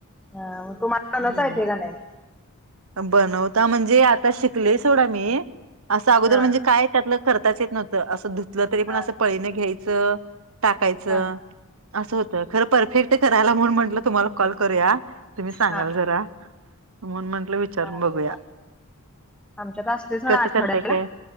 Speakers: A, in the centre; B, on the right.
A: हा, मग तुम्हाला बनवता
B: हम्म.
A: येते का नाही
B: बनवता म्हणजे आता शिकले ोडा मी असं अगोदर
A: हा
B: म्हणजे काय. त्यातलं खर्ताच येत नव्हतं असं धुतलं तरी पण
A: हा
B: असं पळीने घ्यायचं टाकायचं.
A: हा
B: असं होतं खरं परफेक्ट करायला म्हणून म्हंटलं तुम्हाला कॉल करूया. तुम्ही सांगाल
A: हा
B: जरा.
A: हा
B: मन म्हंटलं विचारून
A: चालते
B: बघूया
A: चालते आमच्यात असते सोडा
B: कसं
A: आठवड्याला
B: करतय काय.